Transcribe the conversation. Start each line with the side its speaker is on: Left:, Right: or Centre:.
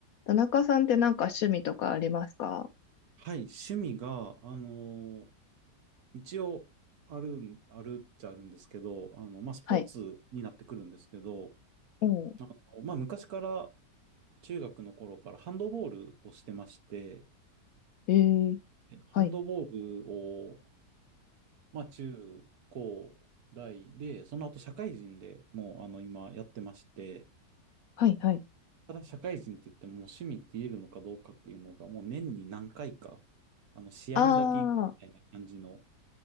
Left: 田中さんってなんか趣味とかありますか
Right: はい、趣味が、あのー一応、あるん、あるっちゃあるんですけど、あの、まあ、スポーツになってくるんですけど、
Left: はい。お
Right: あの、まあ、昔から、中学の頃からハンドボールをしてまして、
Left: ええー
Right: えハンドボールを、
Left: はい。
Right: まあ、中高大で、その後社会人でもう、あの、今やってまして、
Left: はい、はい。
Right: ただ社会人って言っても、もう趣味って言えるのかどうかっていうのが、もう年に何回か、あの、試合にだけ行くみたいな感じの、
Left: ああ、